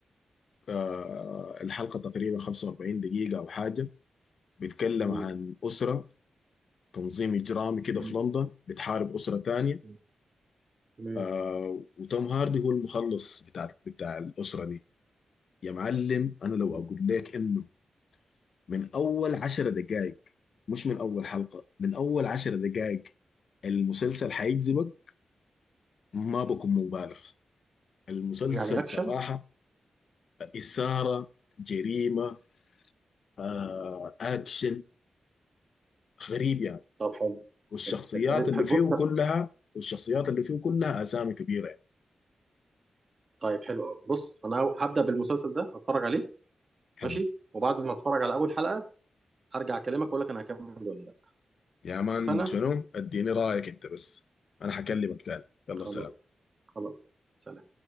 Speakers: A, on the left; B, on the right.
A: آه الحلقه تقريبا 45 دقيقه او حاجه بيتكلم
B: مم.
A: عن اسره تنظيم إجرامي كده
B: تمام
A: في لندن بتحارب أسرة تانية
B: مم. تمام
A: آه وتوم هاردي هو المخلص بتاع بتاع الأسرة دي يا معلم أنا لو
B: مم.
A: أقول لك إنه من أول عشر دقايق مش من أول حلقة من أول عشر دقايق المسلسل حيجذبك ما بكون مبالغ المسلسل
B: يعني اكشن
A: صراحة إثارة جريمة آه أكشن غريب يعني
B: طب حلو
A: والشخصيات
B: حلو حلو
A: اللي
B: حلو
A: فيه
B: بص
A: كلها والشخصيات اللي فيه كلها أسامي كبيرة يعني.
B: طيب حلو قوي بص انا هو- هبدا بالمسلسل ده هتفرج عليه
A: حلو
B: ماشي وبعد ما اتفرج على اول حلقه هرجع اكلمك اقول لك انا هكمل ولا لا
A: يا مان
B: اتفقنا
A: شنو اديني رايك انت بس انا هكلمك تاني يلا
B: خلاص
A: سلام
B: خلاص سلام